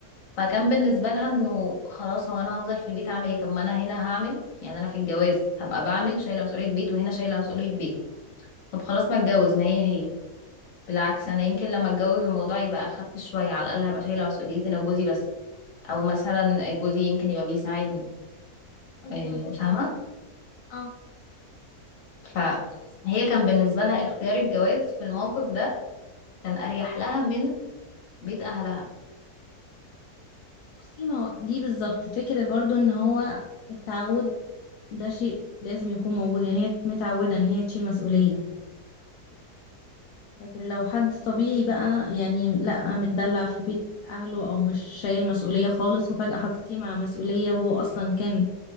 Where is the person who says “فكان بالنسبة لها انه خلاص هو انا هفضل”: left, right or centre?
Left